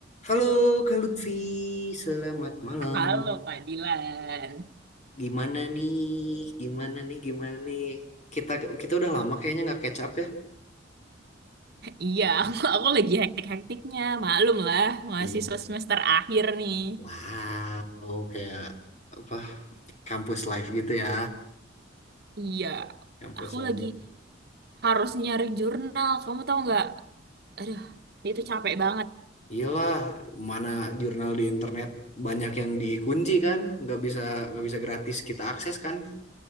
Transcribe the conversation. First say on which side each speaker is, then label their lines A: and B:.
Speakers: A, on the left; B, on the right.
A: Halo Kak Lutfi, selamat malam.
B: Halo Pak Dilan.
A: Gimana nih? Gimana nih? Gimana nih? Kita kita udah lama kayaknya nggak catch up ya. <laughs>
B: Iya, aku, aku lagi hektik-hektiknya. Maklum lah, mahasiswa
A: Iya.
B: semester akhir nih.
A: Wow, kayak apa? Kampus life gitu ya.
B: Iya,
A: Kampus
B: aku
A: life
B: lagi
A: gitu.
B: harus nyari jurnal. Kamu tahu nggak? Aduh, itu capek banget.
A: Iyalah, mana jurnal di internet banyak yang dikunci kan? Nggak bisa nggak bisa gratis kita akses kan?